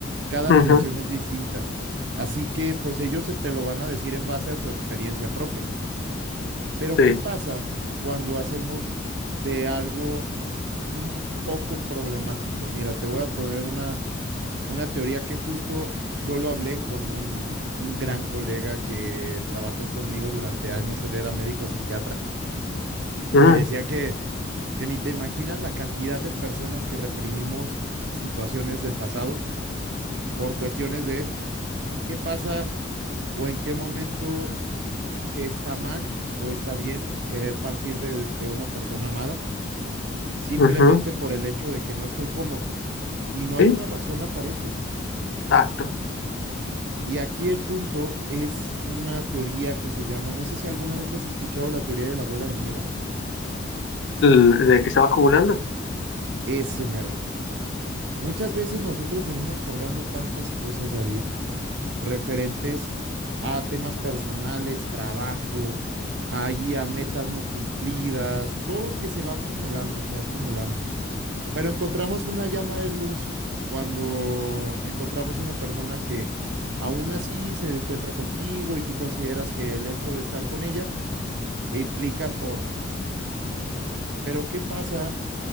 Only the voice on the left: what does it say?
ujú,
sí.
Mm,
ujú,
Sí,
exacto.
L- De que se va acumulando.